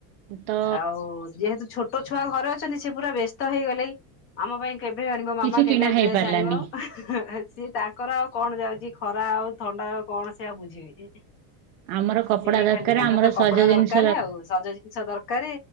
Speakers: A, on the right; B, on the left.
A: ତ
B: ଆଉ ଯେହେତୁ ଛୋଟ ଛୁଆ ଘରେ ଛନ୍ତି ସେ ପୁରା ବ୍ୟସ୍ତ ହେଇଗଲେ ଆମ ପାଇଁ କେବେ ଆଣିବ
A: କିଛି
B: ମାମା କେବେ
A: କିଣା ହେଇପାରିଲାନି
B: ଡ୍ରେସ୍ ଆଣିବ? ସିଏ ତାଙ୍କର ଆଉ କଣ ଯାଉଛି ଖରା ଆଉ ଥଣ୍ଡା ଆଉ କଣ ସେ ଆଉ ବୁଝିବେ?
A: ଆମର କପଡ଼ା
B: ସେ
A: ଦରକାର
B: ଖାଲି ତାଙ୍କର
A: ଆମର
B: ତ
A: ସଜ
B: କପଡା
A: ଜିନିଷ
B: ଦରକାର ଆଉ ସଜ ଜିନିଷ ରେ